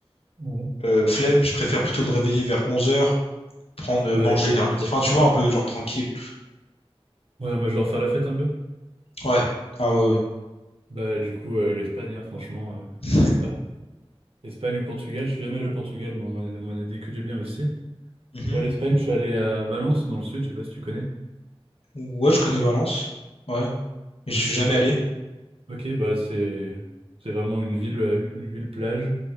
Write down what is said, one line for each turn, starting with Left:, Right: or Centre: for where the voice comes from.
Right: ouais.
Left: euh, flemme, je préfère plutôt me réveiller vers onze heures prendre, euh,
Right: Ouais,
Left: manger
Right: faire
Left: vers
Right: la
Left: midi.
Right: fête.
Left: Enfin, tu vois, un peu genre tranquille.
Right: Ouais, moi, je vais leur faire la fête un peu.
Left: Ouais. Ah ouais, ouais.
Right: Bah, du coup, euh, l'Espagne, hein, franchement,
Left: <laughs>
Right: il y a pas. Espagne ou Portugal, je suis jamais allé au Portugal, mais bon, on m'en a, on m'en a dit que du bien aussi.
Left: Mhm.
Right: Ouais, l'Espagne, je suis allé à Valence, dans le sud, je sais pas si tu connais.
Left: Ouais, je connais Valence. Ouais. Mais
Right: Ouais,
Left: je suis jamais
Right: bah
Left: allé.
Right: voilà. Ok, bah c'est c'est vraiment une ville, euh, une ville plage.